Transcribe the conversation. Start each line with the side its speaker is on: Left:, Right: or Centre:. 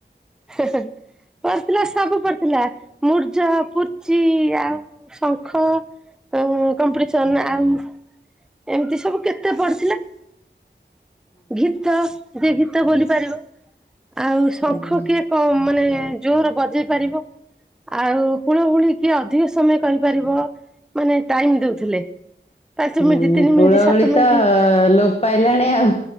Centre: ହେଁ ହେଁ ପଡ଼ିଥିଲା ସବୁ ପଡ଼ିଥିଲା ମୂର୍ଜ ପୁଚି ଆଉ ଶଙ୍ଖ ଆଉ କମ୍ପିଟିସନ ଆଉ ଏମିତି ସବୁ କେତେ ପଡ଼ିଥିଲା ଘିତ ଯେ ଘିତା ବୋଲି ପାରିବ ଆଉ ଶଙ୍ଖ
Left: ହୁଁ
Centre: କିଏ କ ମାନେ ଜୋରେ ବଜେଇ ପାରିବ ଆଉ ହୁଳୁ ହୁଳି କିଏ ଅଧିକ ସମୟ କହିପାରିବ। ମାନେ ଟାଇମ ଦଉଥିଲେ। ପାଞ୍ଚ
Left: ହୁଁ
Centre: ମିନିଟ ତିନି
Left: ହୁଳହୁଳି
Centre: ମିନିଟ ସାତ ମିନିଟ
Left: ତ ଲୋପ ପାଇଲାଣି ଆଉ।